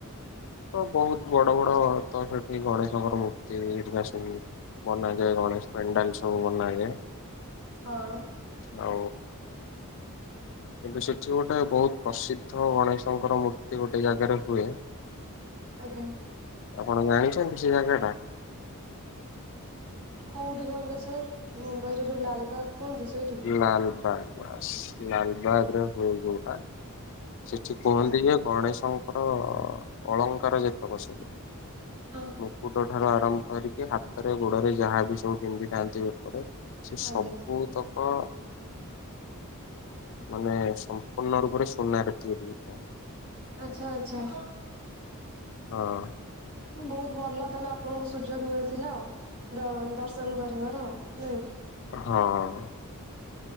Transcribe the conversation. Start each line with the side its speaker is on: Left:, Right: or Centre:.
Left: ତ ବହୁତ ବଡ ବଡ ତ ସେଠି ଗଣେଶଙ୍କର ମୂର୍ତ୍ତି ହେରିକା ସବୁ ବନା ଯାଏ ଗଣେଶ ପେଣ୍ଡାଲ ସବୁ ବନା ଯାଏ।
Right: ହଁ।
Left: ଆଉ। କିନ୍ତୁ ସେଠି ଗୋଟେ ବହୁତ ପ୍ରସିଦ୍ଧ ଗଣେଶଙ୍କର ମୂର୍ତ୍ତି ଗୋଟେ ଜାଗାରେ ହୁଏ।
Right: ଆଜ୍ଞା।
Left: ଆପଣ ଜାଣିଛନ୍ତି ସେ ଜାଗା ଟା?
Right: କୋଉଠି କହିଲ ସେ ମୁମ୍ବାଇ ର ଯୋଉ ଲାଲବାଗ। କୁହନ୍ତୁ ସେଇଠି?
Left: ଲାଲବାଗ ବାସ୍ ଲାଲବାଗ ରେ ହୁଏ ଯୋଉଟା। ସେଠି କୁହନ୍ତି
Right: ଆଜ୍ଞା।
Left: ଯେ ଗଣେଶଙ୍କର ଅଳଙ୍କାର ଯେତେକ ସବୁ
Right: ହଁ
Left: ମୁକୁଟ ଠାରୁ ଆରମ୍ଭ କରିକି ହାତରେ ଗୋଡରେ ଯାହା ବି ସବୁ ପନ୍ଧି ଥାଆନ୍ତି ବେକରେ ସେ ସବୁତକ
Right: ଆଜ୍ଞା
Left: ମାନେ ସମ୍ପୂର୍ଣ୍ଣ ରୂପରେ ସୁନାରେ ତିଆରି ହେଇଥାଏ।
Right: ଆଚ୍ଛା ଆଚ୍ଛା।
Left: ହଁ।
Right: ବହୁତ ଭଲ ତାହେଲେ ଆପଣଙ୍କୁ ସୁଯୋଗ ମିଳିଥିଲା ଆଉ। ଦ ଦର୍ଶନ କରିବାର ନାଇଁ?
Left: ହଁ।